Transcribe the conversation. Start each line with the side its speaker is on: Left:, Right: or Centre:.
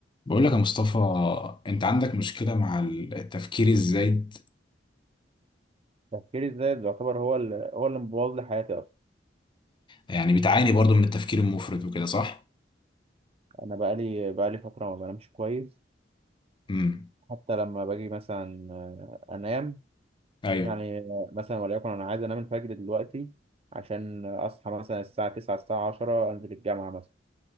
Left: بقول لك يا مصطفى انت عندك مشكلة مع التفكير الزايد
Right: تفكيري الزايد يعتبر هو اللي هو اللي مبوظ لي حياتي اصلا
Left: يعني بتعاني برضو من التفكير المفرط وكده صح؟
Right: انا بقالي بقالي فتره ما بنامش كويس
Left: امم
Right: حتى لما باجي مثلا آه، انام
Left: ايوه
Right: يعني آه، مثلا وليكن انا عايز انام الفجر دلوقتي عشان اصحى مثلا الساعه 9 الساعه 10 انزل الجامعه مثلا